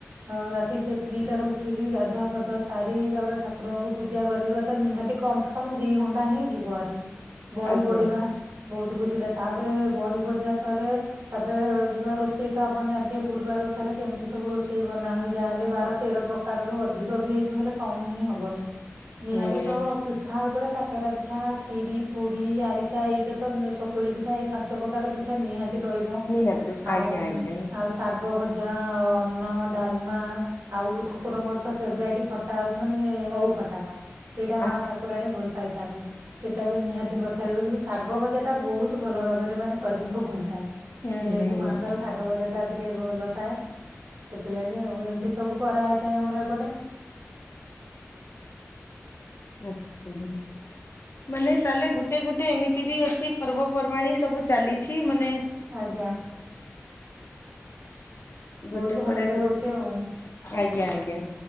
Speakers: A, on the right (about 70°); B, on the left (about 55°).
A: ଉ ରାତି ଦିଟାରୁ ଉଠିକି ଗାଧୁଆ ଫାଧୁଆ ସାରି ତାପରେ ଠାକୁରଙ୍କୁ ପୂଜା କରିବା ତ ନିହାତି କମ୍ ସେ କମ୍ ଦି ଘଣ୍ଟା ହିଁ ଯିବ ଆରି। ବହି
B: ଆଜ୍ଞା
A: ପଢିବା ବହୁତ ଖୁ ଥିଲେ ତାପରେ ବହି ପଡିଲା ସହରେ ତାପରେ ଯିବା ରୋଷେଇ ତ ଆପଣ ଜା ଟିକେ ଗୁରୁବାର ଓଷାରେ କେମିତି ସବୁ ରୋଷେଇ ବନା ହୁଏ। ଯାହା ହେଲେ ବାର ତେର ପ୍ରକାର ରରୁ ଅଧିକ ବି ହେଇଯିବ। ହେଲେ କମ ହେଇ ହିଁ ହବନି। ନିହାତି
B: ହୁଁ
A: ତ ପିଠା ଉପରେ କାକେରା ପିଠା ଖିରି ପୁରୀ ଆରିସା ଏଇଟା ତ ଚକୁଳି ପିଠା ଏଇ ପାଞ୍ଚ ପ୍ରକାର ପିଠା ନିହାତି ରହିବ
B: ନିହାତି
A: ଆଉ
B: ଆଜ୍ଞା ଆଜ୍ଞା
A: ଆଉ ଶାଗ ଭଜି ଜା ଅର୍ନ ଡାଲମା ଆଉ ଠାକୁରଙ୍କର ତ ଫେବେରାଇଟି ଖଟା ହଉଛି ମାନେ ଓଉ ଖଟା ଟା ସେଇଟା ମା
B: ଆଛା
A: ଠାକୁରାଣୀ ଭଲ ପାଇଥାନ୍ତି। ସେଇଟା ବି ନିହାତି ପ୍ରକାର କିନ୍ତୁ ଶାଗ ଭଜା ବହୁତ ଭଲ ଭାବରେ ମାନେ କରିବାକୁ ପଡିଥାଏ।
B: ହୁଁ
A: ଯେହେତୁ
B: ହୁଁ
A: ମାଙ୍କର ଶାଗ ଭଜା ଟା ଟିକେ ଭଲ ଥାଏ। ସେଥିଲାଗି ଆଉ ଏମିତି ସବୁ କରା ହେଇଥାଏ ଆମର ଏପଟେ।
B: ଆଛା। ମାନେ ତାହେଲେ ଗୋଟେ ଗୋଟେ ଏମିତି ବି ଅଛି। ପର୍ବପର୍ବାଣି ସବୁ ଚାଲିଛି ମାନେ
A: ଆଜ୍ଞା।
B: ଗୋଟେ
A: ବହୁତ
B: ପରେ
A: ଭଲରେ
B: ଗୁ
A: ହଉଛି ଆଉ
B: ଆଜ୍ଞା ଆଜ୍ଞା